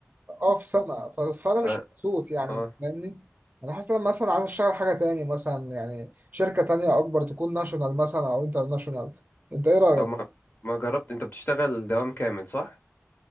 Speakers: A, on the right; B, on the left.
A: اه في سنة ف... فأنا مش
B: اه,
A: مبسوط يعني
B: آه.
A: أنت فاهمني أنا حاسس إن أنا مثلا عايز أشتغل حاجة تاني مثلا يعني شركة تانية أكبر تكون ناشونال مثلا أو انترناشونال أنت إيه رأيك؟
B: طب ما ما جربت انت بتشتغل دوام كامل صح